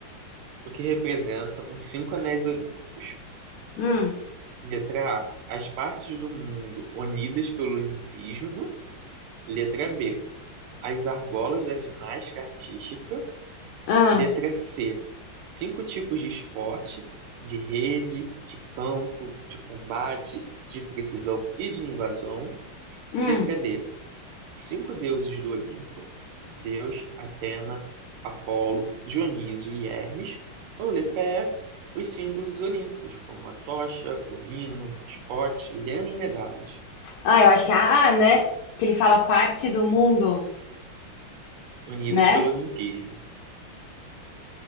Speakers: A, on the right; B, on the left.
A: o que representa os cinco anéis olímpicos?
B: Hum,
A: Letra A. As partes do mundo unidas pelo olimpismo. Letra B. As argolas da ginástica artística.
B: hum,
A: Letra C. Cinco tipos de esporte, de rede, de campo, de combate, de precisão e de invasão.
B: hum.
A: Letra D. Cinco deuses do Olimpo, Zeus, Atena, Apolo, Dionísio e Hermes. Ou letra E. Os símbolos olímpicos, como a tocha, o hino, mascote, lema e medalhas,
B: Ah, eu acho que é a A, né? Que ele fala parte do mundo,
A: unidas
B: né?
A: pelo olimpismo.